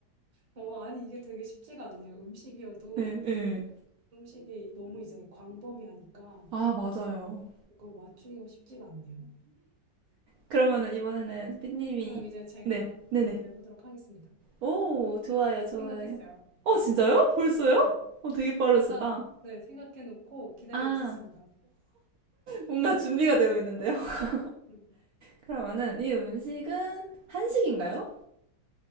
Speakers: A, on the right; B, on the right.
A: 어, 아니, 이게 되게 쉽지가 않네요. 음식이어도
B: 예,
A: 되게
B: 예.
A: 음식이 너무 이제 광범위하니까
B: 아, 맞아요.
A: 이걸 맞추기가 쉽지가 않네요.
B: 그러면은 이번에는 삐님이
A: 그럼 이제 제가
B: 네, 네네.
A: 한번 내보도록 하겠습니다.
B: 오, 좋아요,
A: 음,
B: 좋아요.
A: 생각했어요.
B: 어,
A: 네,
B: 진짜요? 벌써요?
A: 네.
B: 어, 되게 빠르시다.
A: 아까, 네, 생각해 놓고 기다리고
B: 아,
A: 있었습니다.
B: 뭔가 준비가 되어 있는데요. <laughs>
A: 음.
B: 그러면은 이 음식은 한식인가요?